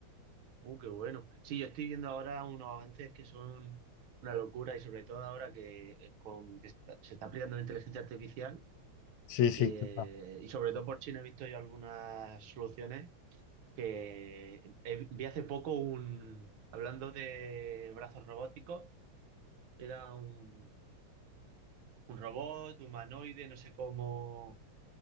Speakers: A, on the right; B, on the left.
A: Uh, qué bueno. Sí, yo estoy viendo ahora unos avances que son una locura y sobre todo ahora que, eh, con, que está- se está aplicando la inteligencia artificial
B: Sí, sí,
A: eh,
B: claro.
A: y sobre todo por China he visto yo algunas soluciones que he- vi hace poco un, hablando de brazos robóticos, era un, un robot humanoide, no sé cómo,